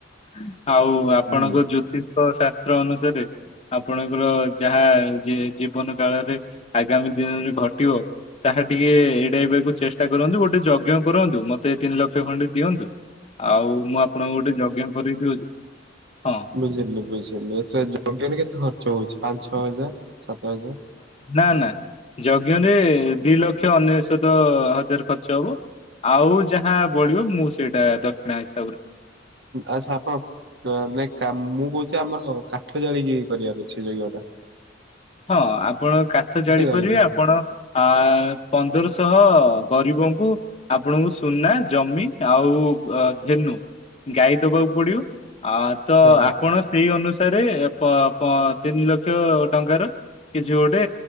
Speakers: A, on the left; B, on the right.
A: ହା-ଆଉ ଆପଣଙ୍କ
B: ହୁଁ
A: ଜ୍ୟୋତିଷ ଶାସ୍ତ୍ର ଅନୁସାରେ ଆପଣଙ୍କର ଯାହା ଜି-ଜୀବନ କାଳରେ ଆଗାମୀ ଦିନରେ ଘଟିବ। ତାହା ଟିକେ ଏଡେଇବାକୁ ଚେଷ୍ଟା କରନ୍ତୁ। ଗୋଟେ ଯଜ୍ଞ କରନ୍ତୁ। ମତେ ତିନି ଲକ୍ଷ ଖଣ୍ଡେ ଦିଅନ୍ତୁ। ଆଉ ମୁଁ ଆପଣଙ୍କୁ ଗୋଟେ ଜଜ୍ଞ କରେଇ ଦଉଛି। ହଁ।
B: ବୁଝିଲୁ, ବୁଝିଲୁ ଏଥିରେ ଯଜ୍ଞରେ କେତେ ଖର୍ଚ୍ଚ ହଉଛି? ପାଞ୍ଚ ଛଅ ହଜାର? ସାତ ହଜାର
A: ନା, ନା ।ଯଜ୍ଞରେ ଦି ଲ କ୍ଷ୍ୟ ଅନେଶତ ହଜାର, ଖର୍ଚ୍ଚ ହବ ।ଆଉ ଯାହା ବଳିବ ମୁଁ ସେଇଟା ଦକ୍ଷିଣା ହିସାବ
B: ଆଛପଣ ନାଇଁ କାମ ମୁଁ <unintelligible> କହୁଛି ଆମର କାଠ ଜାଳିକି କରିବା, ମିଛି ଲିଆଟା ।
A: ହଁ ଆପଣ କାଠ ଜାଳିପାରିବେ।
B: ଜାଳିକି ନୁହଁ।
A: ଆପଣ ଆ-ପନ୍ଦରଶହ ଗରିବ କଙ୍କୁୁ ଆପଣଙ୍କୁ ସୁନା, ଜମି ଆଉ ଧେନୁ, ଗାଈ ଦବାକୁ ପଡିବ। ଆ-ତ
B: ଆଜ୍ଞା
A: ଆପଣ ସେଇ ଅନୁସାରେ, ପ-ପ, ତିନି ଲକ୍ଷ ଟଙ୍କାର କିଛି ଗୋଟେ